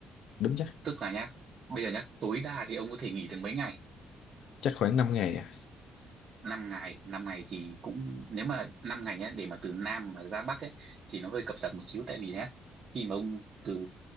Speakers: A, on the left; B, on the right.
A: đúng chắc.
B: Tức là nhá, bây giờ nhá, tối đa thì ông có thể nghỉ được mấy ngày?
A: Chắc khoảng năm ngày à.
B: năm ngày năm ngày thì cũng nếu mà năm ngày nhá để mà từ Nam mà ra Bắc ấy thì nó hơi cập rập một xíu tại vì nhá khi mà ông từ